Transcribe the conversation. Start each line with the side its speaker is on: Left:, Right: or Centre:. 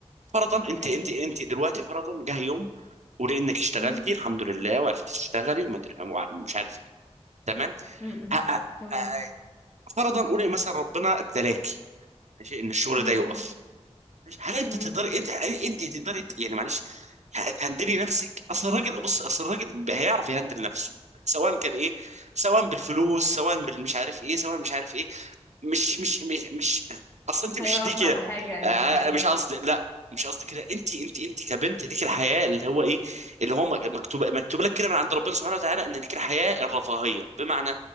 Right: فرضا
Left: اوكي
Right: انت انت انت دلوقتي فرضا جه يوم ولانك اشتغلتي
Left: امم
Right: الحمد لله وعرفتي تشتغلي وما أدري- وع- مش عارف ايه تمام
Left: امم
Right: ه- ه-
Left: تمام
Right: ه- فرضا قولي مثلا ربنا ابتلاكي ماشي ان الشغل
Left: امم
Right: ده يقف هل انت
Left: امم
Right: تقدري انت هل انت تقدري ت- يعني معلش ه- تهندلي نفسك اصل الراجل بص اصل الراجل ب- هيعرف يهندل نفسه سواء كان ايه سواء بالفلوس سواء بالمش عارف ايه سواء مش عارف ايه. مش مش مش مش اصل
Left: مش
Right: انت
Left: هيقف
Right: مش دي كده
Left: على حاجة يعني
Right: آه،
Left: قصدك
Right: مش قصدي لا مش قصدي كده انت انت انت كبنت ليك الحياه اللي هو ايه اللي هو مكتوب مكتوب لك كده من عند ربنا سبحانه وتعالى ان ليك الحياه الرفاهيه بمعنى